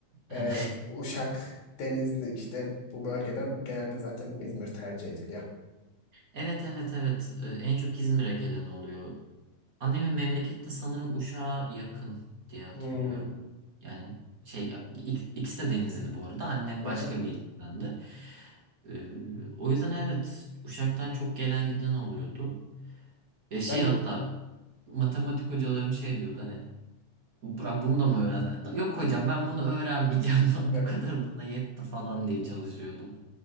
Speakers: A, on the left (about 85°); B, on the right (about 45°).
A: Ee,
B: <laughs>
A: Uşak, Denizli işte bu bölgeden genelde zaten İzmir tercih ediliyor.
B: Evet evet evet. Ee, En çok İzmir'e gelen oluyor. Annemin memlekette sanırım Uşak'a yakın diye hatırlıyorum.
A: Hmm.
B: Yani şey ik- ikisi de Denizli bu arada. Annem başka
A: Aha.
B: bir ildendi. Ee, o yüzden evet Uşak'tan çok gelen giden oluyordu. Ya şey
A: Ben
B: hatta matematik hocalarım şey diyordu hani Burak bunu da mı öğrensen? Yok hocam ben bunu öğrenmeyeceğim. <laughs> Bu
A: evet,
B: kadar bana yetti falan diye çalışıyordum.